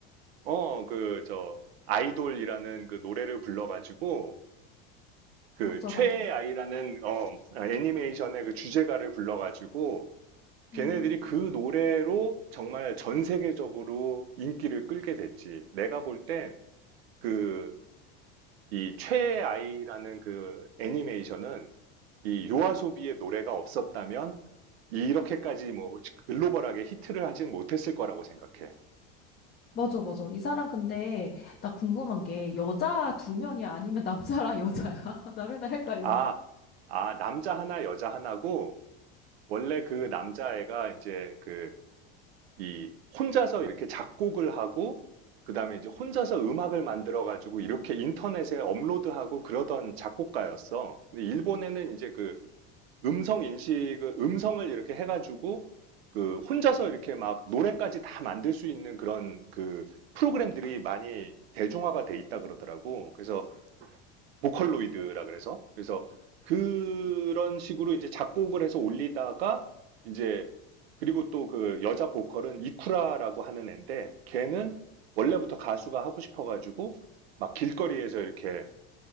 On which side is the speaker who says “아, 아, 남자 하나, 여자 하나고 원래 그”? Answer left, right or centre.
Right